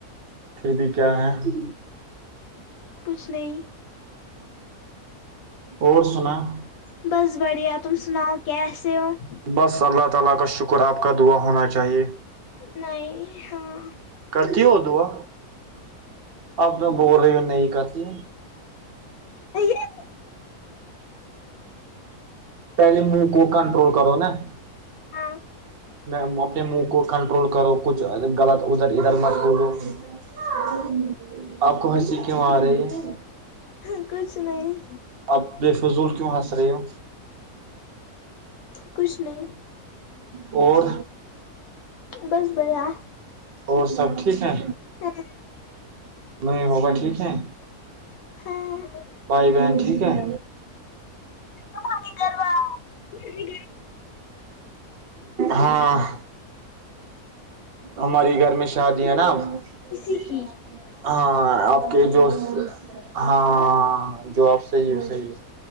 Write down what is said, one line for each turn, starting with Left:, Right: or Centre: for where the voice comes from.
Right: پھر بھی کیا ہے <unintelligible>
Left: کچھ نہیں
Right: اور سنا <unintelligible>
Left: بس بڑھیا تم سناؤ کیا ایسے ہو <unintelligible>
Right: <unintelligible>
Left: نہیں ہاں <unintelligible>
Right: کرتی ہو دعا اب تو بول رہی ہو نہیں کرتی
Left: یہ
Right: پہلے منہ کو کنٹرول کرو نا <unintelligible>
Left: ہاں <unintelligible>
Right: میں اپنے منہ کو کنٹرول کرو <unintelligible> کچھ غلط ادھر ادھر متبود ہو <unintelligible> آپ کو ہنسی کیوں آ رہی ہے <unintelligible>
Left: ہ کچھ نہیں <unintelligible>
Right: اب بے فضول کیوں حسر ہو
Left: کچھ نہیں
Right: اور
Left: بس بڑیا
Right: اور سب ٹھیک ہیں
Left: ہاں <unintelligible>
Right: نہیں موبا ٹھیک ہے
Left: ہ <unintelligible>
Right: بھائی بن ٹھیک ہے
Left: تمہاری گھر والے
Right: ہاں <unintelligible> ہماری گھر میں شادی ہے نا ا <unintelligible>
Left: کسی کی
Right: ہاں آپ کے جو ہاں جو آپ صحیح ہے صحیح